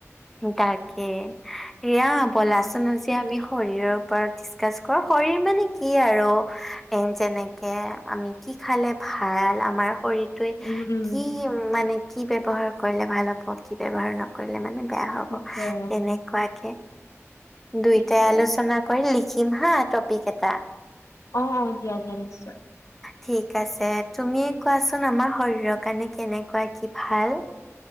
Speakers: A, in the centre; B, on the left.
A: তাকে, ৰিয়া ব'লাচোন
B: অ
A: আজি এতিয়া আমি শৰীৰৰ ওপৰত ডিচকাছ কৰোঁ। শৰীৰ মানে কি আৰু এ যেনেকে আমি কি খালে ভাল আমাৰ শৰীৰ ত
B: উম উম
A: কি মানে কি ব্যৱহাৰ কৰিলে ভাল হ'ব কি ব্যৱহাৰ নকৰিলে মানে বেয়া হব
B: তাকে
A: তেনেকুৱাকে দুইটাই
B: সেইটোৱে
A: আলোচনা কৰিলি <unintelligible> টপিক এটা
B: অ অ দিয়া দিয়া নিশ্চয়
A: ঠিক আছে তুমিয়ে কোৱাচোন আমাৰ শৰীৰৰ কাৰণে কেনেকুৱা কি ভাল